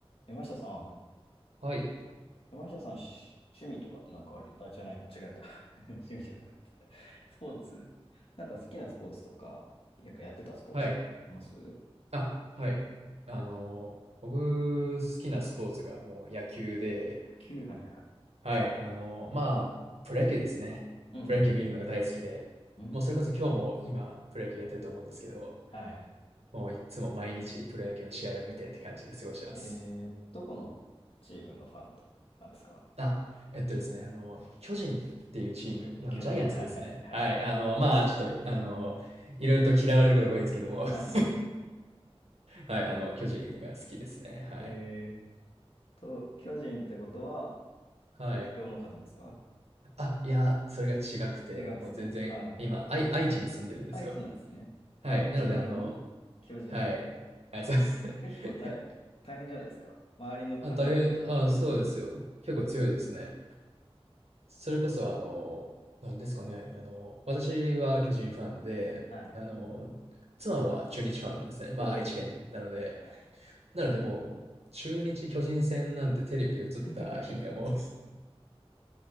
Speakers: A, on the left; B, on the right.
A: 山下さん、
B: はい。
A: 山下さん、し趣味とかってなんかあり、あ、じゃない、間違えた。<laughs> 趣味じゃなかった。スポーツ、なんか好きなスポーツとか、やっぱやってたスポーツとかってあります
B: はい。あ、はい。あの、僕、好きなスポーツがもう野球で、
A: 野球、はいはいはい。
B: はい。あの、まあ、プロ野球ですね。
A: うん
B: プロ野球見るのが大好きで、
A: うん。
B: もうそれこそ今日も今、
A: うーん。
B: プロ野球やってると思うんですけど、
A: はい。
B: もういつも毎日プロ野球の試合を見てって感じで過ごしてます。
A: えー、どこのチームのファンとなんですか
B: あ、えっとですね、あの、巨人っていうチーム、いやあの、
A: 巨人。
B: ジャイアンツですね。
A: はいはいはいはいはい。
B: はい。あの、まあ、ちょっと、あの、いろいろと嫌われることが多いですけども。
A: はい。
B: <laughs> はい。あの、巨人が好きですね。はい。
A: えーと、巨人ってことは、
B: はい。
A: 東京の方ですか
B: あ、いや、それが違くて、
A: 違うんですね。
B: もう全然、
A: はい。
B: 今、愛、愛知に住んでるんですよ。
A: 愛知なんですね。
B: はい。
A: 愛知なのに、
B: なので、あの、
A: 巨人。
B: はい。はい、そうです。<laughs>
A: 結構大、大変じゃないですか。周りの風当たりとか強くないですか。
B: あ、大変、あ、そうですよ。結構強いですね。それこそ、あの、なんですかね、あの、私は巨人ファンで、
A: はい。
B: あの、妻は中日ファンなんですね。まあ、
A: おうおうおうおう。
B: 愛知県なので、
A: はいはいはい。
B: なのでもう、中日巨人戦なんてテレビで映った日にはも
A: <laughs>